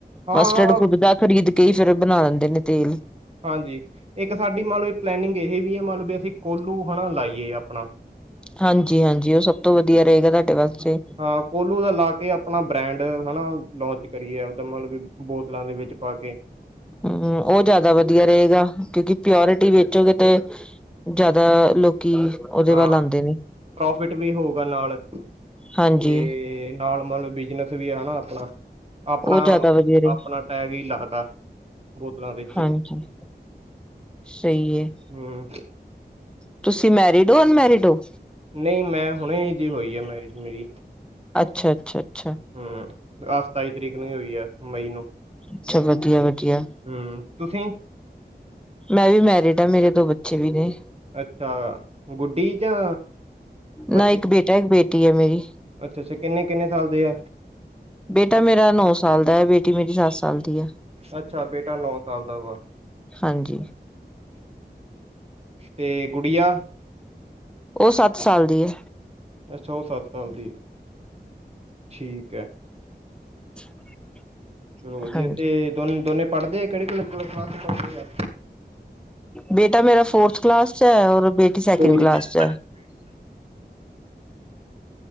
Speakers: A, on the right; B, in the centre.
A: ਹਾਂ-ਹਾਂ,
B: ਮਸਟਡ ਖੁੱਦ ਦਾ ਖਰੀਦ ਰਹੀ ਏ ਕਈ ਫਿਰ ਬਣਾ ਦਿੰਦੇ ਨੇ ਤੇਲ
A: ਹਾਂਜੀ, ਇੱਕ ਸਾਡੀ ਮੰਨ ਲਓ ਪਲੈਨਿੰਗ ਇਹ ਵੀ ਹੈ ਮੰਨ ਲਓ ਵੀ ਅਸੀਂ ਕੋਲੂ ਹੈਨਾ ਲਾਈਏ ਆਪਣਾ
B: ਹਾਂਜੀ ਹਾਂਜੀ ਉਹ ਸਭ ਤੋਂ ਵਧੀਆ ਰਹੇਗਾ ਤੁਹਾਡੇ ਵਾਸਤੇ।
A: ਹਾ ਕੋਲੂ ਦਾ ਲਾ ਕੇ ਆਪਣਾ ਬ੍ਰੈਂਡ ਹੈਨਾ ਲੋਂਚ ਕਰੀਏ ਉਹਦਾ ਮਤਲਬ ਵੀ ਬੋਤਲਾਂ ਦੇ ਵਿੱਚ ਪਾ ਕੇ
B: ਹੂੰ ਉਹ ਜ਼ਿਆਦਾ ਵਧੀਆ ਰਹੇਗਾ, ਕਿਉਂਕਿ ਪਿਓਰਟੀ ਵੇਚੋਗੇ ਤੇ ਜ਼ਿਆਦਾ ਲੋਕੀ ਉਹਦੇ
A: ਹਾਂ
B: ਵੱਲ ਆਉਂਦੇ ਨੇ
A: ਪ੍ਰੋਫਿਟ ਵੀ ਹੋਊਗਾ ਨਾਲ ਤੇ
B: ਹਾਂਜੀ
A: ਨਾਲ ਮਤਲਬ ਬਿਜਨਸ ਵੀ ਹੈ ਨਾ ਆਪਣਾ ਆਪਣਾ-ਆਪਣਾ
B: ਉਹ ਜ਼ਿਆਦਾ ਵਧੀਆ ਰਹੇ
A: ਟੈਗ ਹੀ ਲਾ ਤਾ ਬੋਤਲਾਂ ਤੇ
B: ਹਾਂਜੀ ਸਹੀ ਹੈ।
A: ਹੂੰ,
B: ਤੁਸੀਂ ਮੈਰਿਡ ਹੋ ਅਨਮੈਰਿਡ ਹੋ
A: ਨਹੀਂ ਮੈਂ ਹੁਣੇ ਜ ਹੋਈ ਹੈ ਮੈਰਿਜ ਮੇਰੀ
B: ਅੱਛਾ-ਅੱਛਾ-ਅੱਛਾ
A: ਹਮ ਆਹ ਸਤਾਈ ਤਰੀਕ ਨੂੰ ਹੀ ਹੋਈ ਹੈ ਮਈ ਨੂੰ
B: ਅੱਛਾ ਵਧੀਆ-ਵਧੀਆ
A: ਹਮ ਤੁਸੀਂ
B: ਮੈਂ ਵੀ ਮੈਰਿਡ ਆ ਮੇਰੇ ਦੋ ਬੱਚੇ ਵੀ ਨੇ
A: ਅੱਛਾ ਗੁੱਡੀ ਜਾਂ ਬੱਚੇ
B: ਨਾ ਇੱਕ ਬੇਟਾ ਇੱਕ ਬੇਟੀ ਹੈ ਮੇਰੀ
A: ਅੱਛਾ-ਅੱਛਾ ਕਿੰਨੇ-ਕਿੰਨੇ ਸਾਲ ਦੇ ਆ
B: ਬੇਟਾ ਮੇਰਾ ਨੌ ਸਾਲ ਦਾ ਹੈ ਬੇਟੀ ਮੇਰੀ ਸੱਤ ਸਾਲ ਦੀ ਆ
A: ਅੱਛਾ ਬੇਟਾ ਨੌ ਸਾਲ ਦਾ ਵਾ
B: ਹਾਂਜੀ
A: ਤੇ ਗੁੜੀਆ
B: ਉਹ ਸੱਤ ਸਾਲ ਦੀ ਏ।
A: ਅੱਛਾ ਉਹ ਸੱਤ ਸਾਲ ਦੀ ਏ ਠੀਕ ਹੈ।
B: <inaudible>
A: ਚਲੋ ਵਧੀਆ
B: ਹਾਂਜੀ
A: ਤੇ ਦੋਨ ਦੋਨੇ ਪੜ੍ਹਦੇ ਆ ਕਿਹੜੇ ਕਲਾ ਕਲਾਸਾ ਚ ਪੜਦੇ ਆ।
B: ਬੇਟਾ ਮੇਰਾ ਫੋਰਥ ਕਲਾਸ ਚ ਹੈ, ਔਰ ਬੇਟੀ ਸੈਕਿੰਡ
A: ਅੱਛਾ,
B: ਕਲਾਸ ਚ ਹੈ।